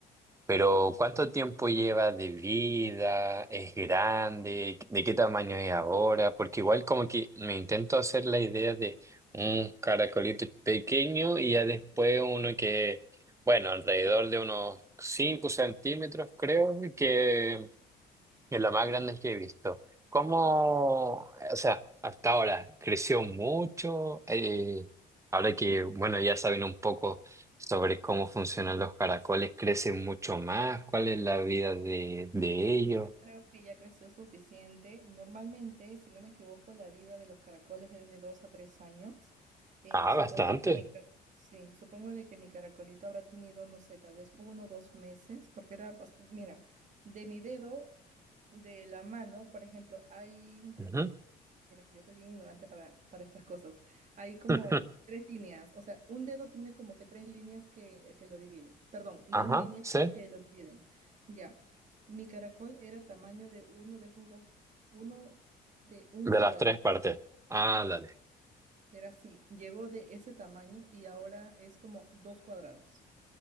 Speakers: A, on the right; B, on the right.
A: Pero
B: <laughs> sí.
A: ¿cuánto tiempo lleva de vida? ¿Es grande? ¿De qué tamaño es ahora? Porque igual como que me intento hacer la idea de un caracolito pequeño y ya después uno que, bueno, alrededor de unos 5 centímetros creo, que es lo más grande que he visto. ¿Cómo, o sea, hasta ahora creció mucho? Eh, ahora que, bueno, ya saben un poco sobre cómo funcionan los caracoles, ¿crecen mucho más? ¿Cuál es la vida de, de ellos?
B: Yo creo que ya creció suficiente. Normalmente, si no me equivoco, la vida de los caracoles es de dos a tres años. Eh,
A: Ah,
B: supongo
A: bastante.
B: que mi, ca- sí, supongo de que mi caracolito habrá tenido, no sé, tal vez uno o dos meses, porque era, bast- mira, de mi dedo, de la mano, por ejemplo, hay
A: Ujú.
B: Mira, que yo soy bien ignorante para, para estas cosas. Hay como
A: <laughs>
B: tres líneas, o sea, un dedo tiene como que tres líneas que, que lo dividen. Perdón,
A: Ajá,
B: dos líneas
A: sí.
B: que lo dividen. Ya. Mi caracol era tamaño de uno de esos dos, uno de un
A: De
B: cuadradito.
A: las tres partes. Ah, dale.
B: Era así. Llegó de ese tamaño y ahora es como dos cuadrados.